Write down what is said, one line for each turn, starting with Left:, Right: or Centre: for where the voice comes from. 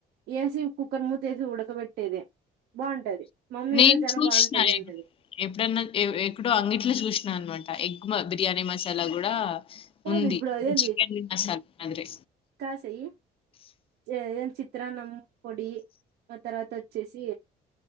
Right: వేసి కుక్కర్ మూత వేసి ఉడకబెట్టేదే బాగుంటది మమ్మీ
Left: నేను
Right: ఇలా చాలా
Left: చూసిన
Right: బాగుంటది అంటది
Left: ఎప్పుడన్నా ఎక్కడో అంగట్లో చూసినా అన్నమాట మ బిర్యానీ మసాలా కూడా
Right: కాదు
Left: ఉంది
Right: ఇప్పుడు అదేంది
Left: చికెన్ మసాలా మాదిరే
Right: కాసయి జయన్ చిత్రాన్నం పొడి ఆ తర్వాత వచ్చేసి